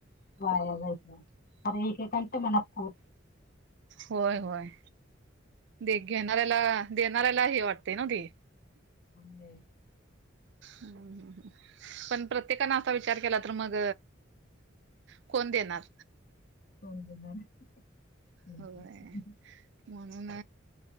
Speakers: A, on the left; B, on the right.
A: वाया जाइत नाही. अरे एकेकांच्या मनात खूप
B: होय होय. दे घेणाऱ्याला देणाऱ्याला ह वाटते ना ते?
A: <unintelligible>
B: हम्म! पण प्रत्येकाने असा विचार केला तर मग कोण देणार.
A: कोण बोलणार? <inaudible>
B: होय म्हणून.